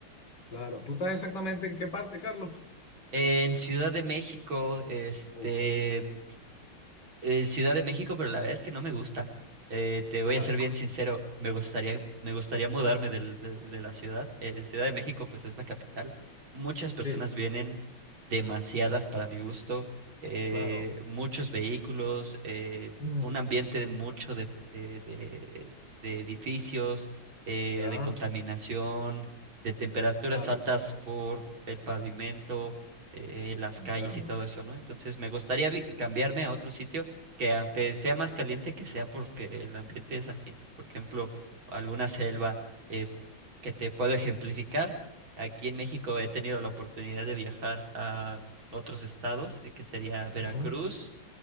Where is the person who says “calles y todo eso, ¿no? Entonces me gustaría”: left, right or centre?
Right